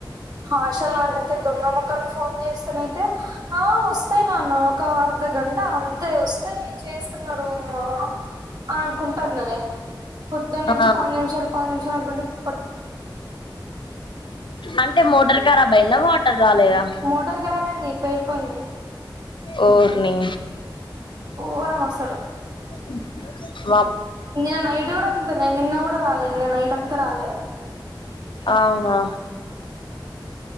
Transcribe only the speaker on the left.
ఆ
అంటే మోటరి కరాబ్ అయిందా వాటర్ రాలేదా
ఓర్నీ
<unintelligible> అ
అవునా